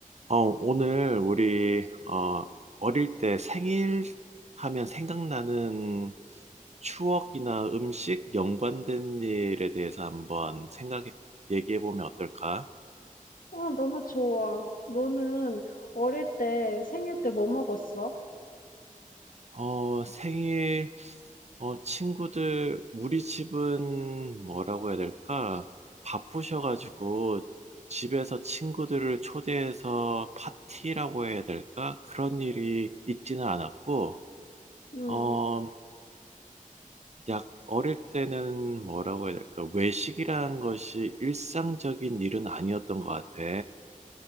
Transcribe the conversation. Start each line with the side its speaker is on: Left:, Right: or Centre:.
Right: 어, 오늘 우리 어, 어릴 때 생일 하면 생각나는 추억이나 음식 연관된 일에 대해서 한번 생각해 얘기해 보면 어떨까?
Left: 어, 너무 좋아. 너는 어릴 때 생일 때 뭐 먹었어?
Right: 어, 생일 어, 친구들 우리 집은 뭐라고 해야 될까? 바쁘셔가지고 집에서 친구들을 초대해서 파티라고 해야 될까? 그런 일이 있지는 않았고
Left: 음,
Right: 어, 약 어릴 때는 뭐라고 해야 될까? 외식이라는 것이 일상적인 일은 아니었던 것 같아.